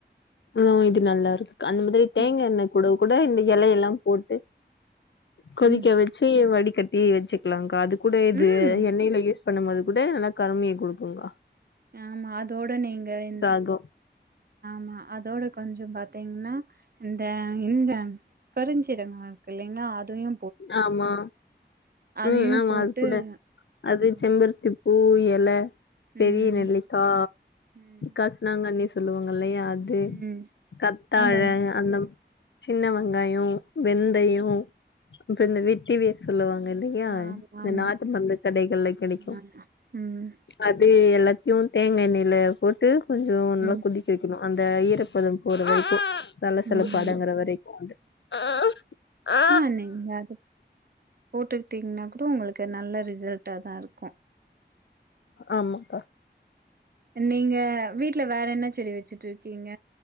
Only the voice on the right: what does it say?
ம்
ம்
ம்
ஆமா அதோட நீங்க இந்
ஆமா அதோட கொஞ்சோம் பாத்தீங்ன்னா இந்த இந்த கருஞ்சீரகோ இருக்கு இல்லைங்ளா அதயு
அதையு
போட்டு
ம்
ம்
ம்
ம்
அதெல்லா
ம்
ஆமா
ஆமா
ஆமா ம்
ம்
ம்
அ நீங்க அது போட்டுக்கிட்டீங்ன்னா கூடோ உங்களுக்கு நல்ல ரிசல்டா தா இருக்கோ
நீங்க வீட்ல வேற என்ன செடி வெச்சிட்ருக்கீங்க